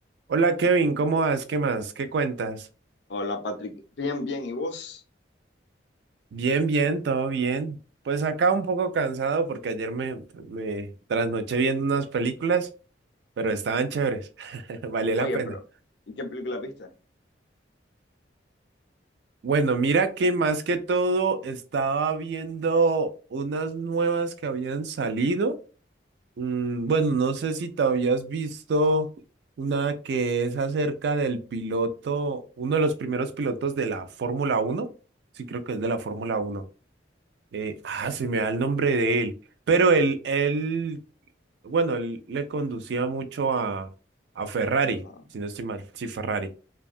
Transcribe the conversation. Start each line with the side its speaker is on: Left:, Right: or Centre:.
Right: Hola Kevin, ¿cómo vas? ¿Qué más? ¿Qué cuentas?
Left: Hola Patrick, bien, bien, ¿y vos?
Right: Bien, bien, todo bien. Pues acá un poco cansado porque ayer me, me trasnoché viendo unas películas, pero estaban chéveres. <laughs> Valió
Left: Oye,
Right: la pena.
Left: pero, ¿y qué película viste?
Right: Bueno, mira que más que todo estaba viendo unas nuevas que habían salido. Mm, bueno, no sé si te habías visto una que es acerca del piloto, uno de los primeros pilotos de la Fórmula Uno. Sí, creo que es de la Fórmula Uno. Eh, ah, se me da el nombre de él. Pero él, él, bueno, él le conducía mucho a, a Ferrari,
Left: Ajá.
Right: si no estoy mal. Sí, Ferrari.